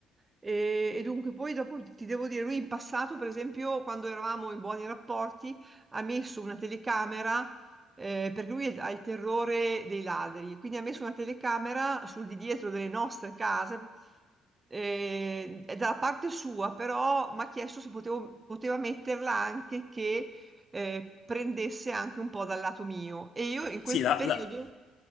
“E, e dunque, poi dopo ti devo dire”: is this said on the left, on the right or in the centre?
Right